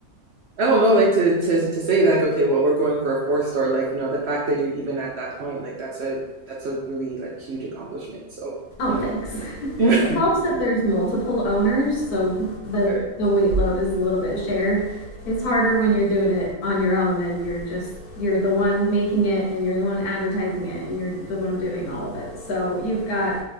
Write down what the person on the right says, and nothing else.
I don't know, like to to to say that, like, okay, well, we're going for a four star, like, you know, the fact that you're even at that point, like that's a that's a really like huge accomplishment. So,
you know.
<laughs>
Okay.